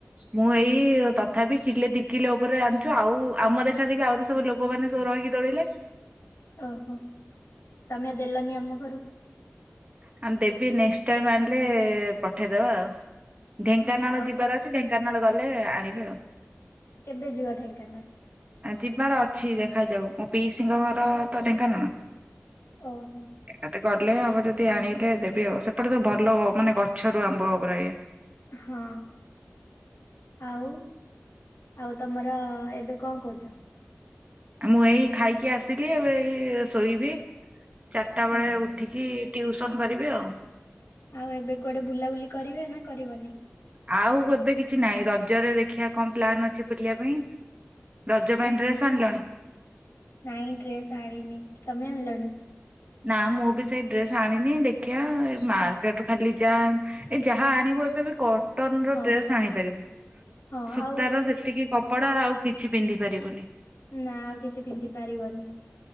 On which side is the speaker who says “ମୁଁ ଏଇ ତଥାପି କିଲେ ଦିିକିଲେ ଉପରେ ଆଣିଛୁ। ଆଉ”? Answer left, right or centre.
Right